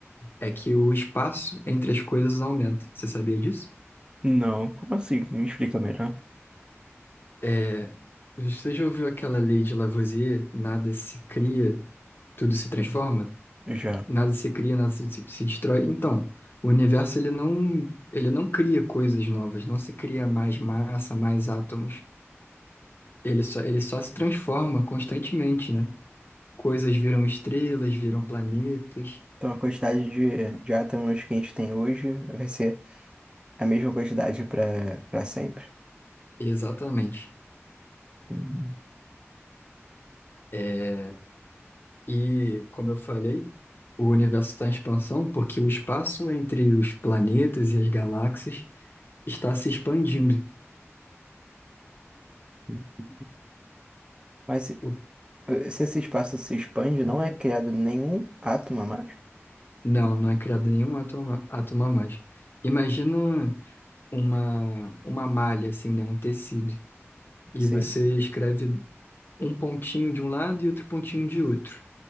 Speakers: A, on the left (about 50°); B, on the right (about 20°).
A: é que o espaço entre as coisas aumenta. Você sabia disso?
B: Não, como assim? Me explica melhor.
A: É, Você já ouviu aquela lei de Lavoisier? Nada se cria, tudo se transforma.
B: Já.
A: Nada se cria, nada se, se destrói. Então, o universo ele não, ele não cria coisas novas, não se cria mais massa, mais átomos. Ele só, ele só se transforma constantemente, né? Coisas viram estrelas, viram planetas.
B: Então, a quantidade de, de átomos que a gente tem hoje vai ser a mesma quantidade para para sempre.
A: Exatamente.
B: Hum,
A: É, E, como eu falei, o universo está em expansão porque o espaço entre os planetas e as galáxias está se expandindo.
B: hum. Mas se
A: O-
B: se esse espaço se expande, não é criado nenhum átomo a mais?
A: Não, não é criado nenhum átomo, a- átomo a mais. Imagina uma, uma malha, assim, né? Um tecido. E
B: Sim.
A: você escreve um pontinho de um lado e outro pontinho de outro.